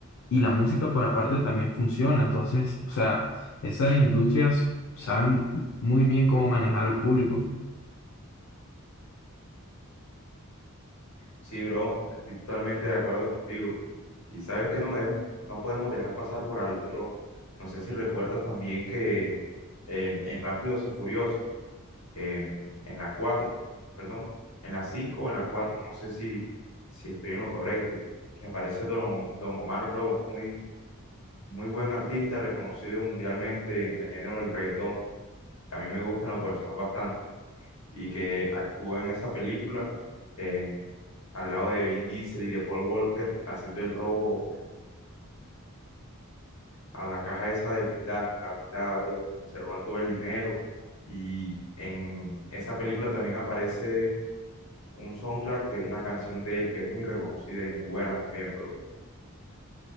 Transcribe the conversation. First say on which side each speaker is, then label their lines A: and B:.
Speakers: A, on the left (about 65°); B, on the left (about 80°).
A: y la música por aparte también funciona. Entonces, o sea, esas industrias saben muy bien cómo manejar al público.
B: Sí, bro, estoy totalmente de acuerdo contigo. Y sabes que no, deb- no podemos dejar pasar por alto, bro. No sé si recuerdas también que em, en Rápidos y Furiosos, em, en la 4 perdón, en la 5 o en la 4 no sé si, si estoy en lo correcto, que aparece Don, Om- Don Omar Brown, muy, muy buen artista, reconocido mundialmente en el género del reggaetón, que a mí me gusta en lo personal bastante, y que actuó en esa película em, al lado de Vin Diesel y de Paul Walker haciendo el robo a la caja esa de blindaje, la blindada, bro, que se roban todo el dinero. Y en esa película también aparece un soundtrack de una canción de él que es muy reconocida y muy buena también, bro.